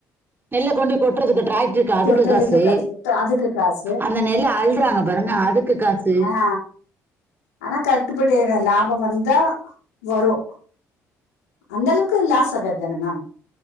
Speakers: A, on the right; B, on the left.
A: நெல்ல கொண்டி கொட்டுறதுக்கு ட்ராக்டர் க்கு அதுக்கு
B: கொட்டுறதுக்கு
A: காசு
B: இப்ப அதுக்கு காசு
A: அந்த நெல் அல்றாங்க பாருங்க அதுக்கு காசு
B: ஆ ஆனா கட்டுபடி ‌ஆகல லாபம் வந்தா வரும் அந்த அளவுக்கு லாஸ் ஆகாத் தான மேம்